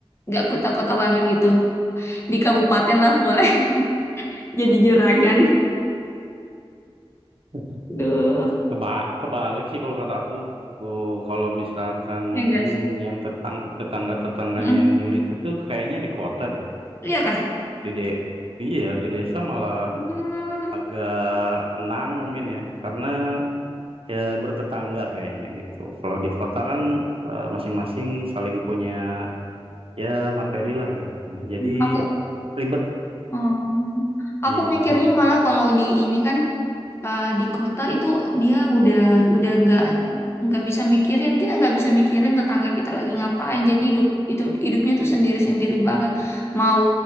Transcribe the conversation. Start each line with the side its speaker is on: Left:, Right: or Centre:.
Left: nggak kota-kota banget gitu. Di kabupaten lah boleh <laughs> jadi juragan.
Right: <laughs>
Left: Duh,
Right: Keba kebalik sih kalau kata aku. Oh, kalau misalkan
Left: ya
Right: mungkin
Left: guys.
Right: yang tetang tetangga-tetangganya
Left: Mm.
Right: yang julid itu kayaknya di kota deh.
Left: Iya kah?
Right: Di de iya ya, di desa malah
Left: Hmm.
Right: agak tenang mungkin ya. Karena ya bertetangga kayaknya gitu. Kalau di kota kan eh, masing-masing saling punya ya materi lah gitu. Jadi
Left: Aku,
Right: ribet
Left: um, aku
Right: gitu.
Left: mikirnya malah kalau di ini kan eh, di kota itu dia udah udah nggak nggak bisa mikirin kita nggak bisa mikirin tetangga kita lagi ngapain jadi hidup itu hidupnya tuh sendiri sendiri banget mau